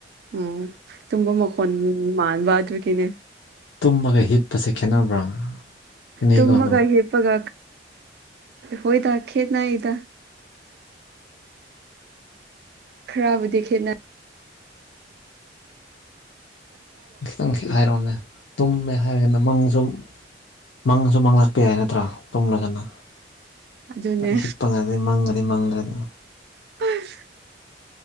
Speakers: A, on the right; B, on the left.
A: ꯎꯝ ꯇꯨꯝꯕ ꯃꯈꯣꯟ ꯃꯕ ꯑꯗꯨꯒꯤꯅꯦ
B: ꯇꯨꯝꯃꯒ ꯍꯤꯞꯄꯁꯦ ꯈꯦꯠꯅꯕ꯭ꯔꯥ ꯈꯦꯠꯅꯩꯀꯣ
A: ꯇꯃꯒ
B: ꯑꯗꯨꯝ
A: ꯍꯤꯄꯒ ꯍꯣꯏꯗ ꯈꯦꯠꯅꯏꯗ ꯈꯔꯕꯨꯗꯤ ꯈꯦꯅ
B: ꯈꯤꯇꯪ ꯈꯤ ꯍꯥꯏꯔꯛꯑꯣꯅꯦ ꯇꯨꯝꯃꯦ ꯍꯥꯏꯔꯒꯅ ꯃꯪꯁꯨꯨꯝ ꯃꯪꯁꯨ ꯃꯥꯡꯂꯛꯄ ꯌꯥꯏ ꯅꯠꯇ꯭ꯔꯥ ꯇꯨꯝꯂꯒꯅ
A: ꯑꯗꯨꯅꯦ
B: ꯍꯤꯞꯄꯉꯗꯤ ꯃꯪꯉꯗꯤ ꯃꯪꯗ꯭ꯔꯦꯗ
A: ꯎꯝ